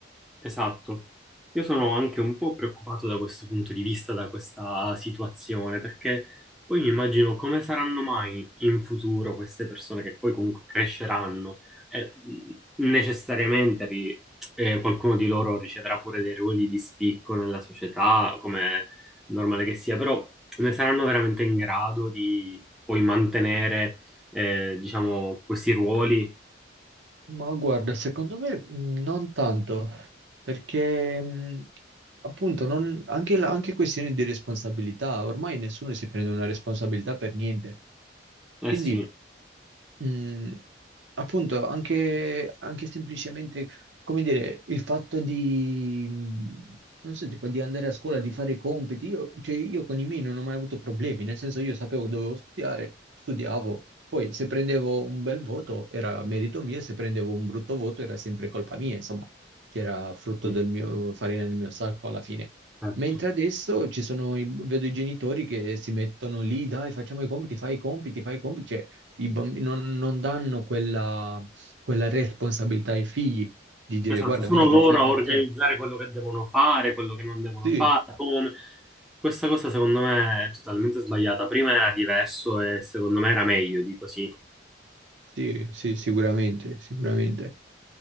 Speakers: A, in the centre; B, on the right.
A: Esatto. Io sono anche un po' preoccupato da questo punto di vista, da questa situazione, perché poi mi immagino come saranno mai in futuro queste persone che poi comunque cresceranno e mh, necessariamente ri- eh, qualcuno di loro riceverà pure dei ruoli di spicco nella società, come è normale che sia, però ne saranno veramente in grado di poi mantenere, eh, diciamo, questi ruoli?
B: Ma guarda, secondo me mh, non tanto, perché mh, appunto non- anche, la- anche questioni di responsabilità, ormai nessuno si prende una responsabilità per niente.
A: Eh
B: Quindi
A: sì,
B: Mm, appunto, anche, anche semplicemente, come dire, il fatto di, mm, non so, tipo di andare a scuola, di fare i compiti, io, cioè, io con i miei non ho mai avuto problemi, nel senso io sapevo che dovevo studiare, studiavo, poi se prendevo un bel voto era merito mio, se prendevo un brutto voto era sempre colpa mia, insomma, che era frutto
A: sì,
B: del mio, farina del mio sacco alla fine.
A: certo.
B: Mentre adesso ci sono i- vedo i genitori che si mettono lì, dai, facciamo i compiti, fai i compiti, fai i compiti, cioè i bambini non, non danno quella, quella responsabilità ai figli di dire,
A: Esatto,
B: guarda,
A: sono
B: vedi
A: loro
B: che lo fai
A: a
B: per
A: organizzare
B: te.
A: quello che devono fare, quello che non devono
B: Sì,
A: fare, come. Questa cosa secondo me è totalmente sbagliata. Prima era diverso e secondo me era meglio di così.
B: sì, sì, sicuramente, sicuramente.